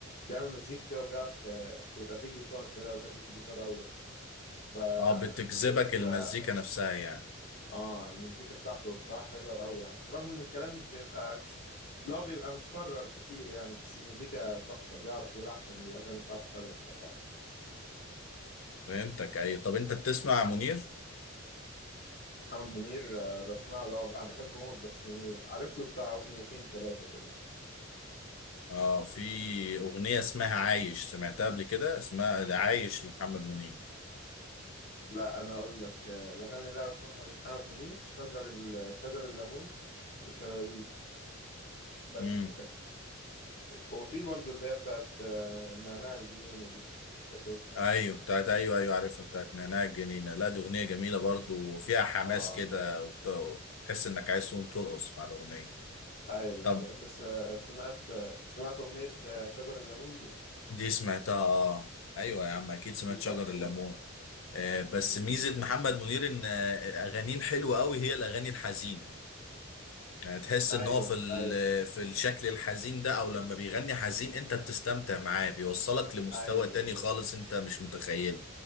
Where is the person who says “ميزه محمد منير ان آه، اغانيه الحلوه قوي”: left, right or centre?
Left